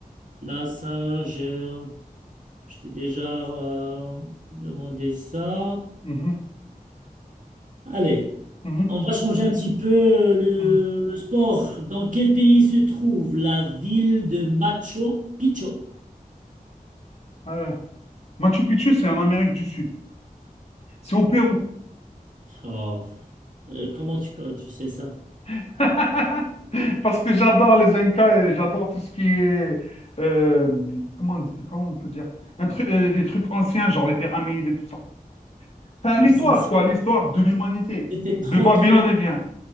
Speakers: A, on the right; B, on the left.
A: Là, ça, j'ai- je t'ai déjà euh, demandé ça.
B: Mhm,
A: Allez,
B: mhm,
A: on va changer un petit peu euh, le,
B: mhm.
A: le sport. Dans quel pays se trouve la ville de Machu Picchu?
B: Euh, Machu Picchu, c'est en Amérique du Sud. C'est au Pérou.
A: Oh, euh, comment tu, tu sais ça?
B: <laughs> Parce que j'adore les Incas et j'adore tout ce qui est... euh, comment, on- comment on peut dire? Un truc, euh, les trucs anciens, genre les pyramides et tout ça. Enfin,
A: Ah,
B: l'histoire,
A: ça,
B: quoi. L'histoire de l'humanité.
A: c'était
B: De
A: trop,
B: Babylone
A: trop vite.
B: et vient.